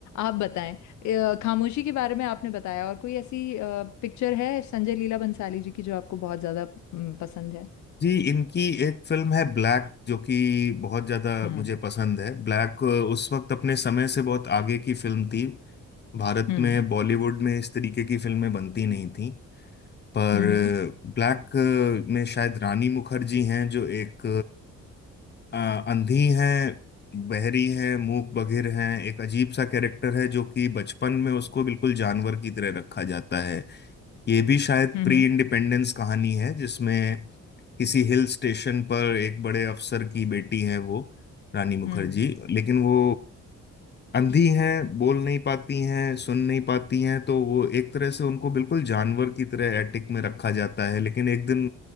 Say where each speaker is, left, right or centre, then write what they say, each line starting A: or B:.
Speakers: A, on the left; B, on the left.
A: आप बताएं अ, खामोशी के बारे में आपने बताया और कोई ऐसी पिक्चर है संजय लीला बंसाली जी की जो आपको बहुत ज्यादा हम्म, पसंद है
B: जी इनकी एक फिल्म है ब्लैक जो कि बहुत ज्यादा
A: हम्म
B: मुझे पसंद है ब्लैक उस वक्त अपने समय से बहुत आगे की फिल्म थी भारत
A: हम्म
B: में बॉलीवुड में इस तरीके की फिल्में बनती नहीं थी पर
A: हम्म
B: ब्लैक में शायद रानी मुखर्जी हैं जो एक अ, अंधी हैं बहरी हैं मूक बधिर हैं एक अजीब सा कैरेक्टर है जो कि बचपन में उसको बिल्कुल जानवर की तरह रखा जाता है ये भी शायद
A: हम्म
B: प्री
A: हम्म
B: इंडिपेंडेंस कहानी है जिसमें किसी हिल स्टेशन पर एक बड़े अफसर की बेटी है वो रानी मुखर्जी
A: हम्म
B: लेकिन वो अंधी हैं बोल नहीं पाती हैं सुन नहीं पाती हैं तो वो एक तरह से उनको बिल्कुल जानवर की तरह एटिक में रखा जाता है लेकिन एक दिन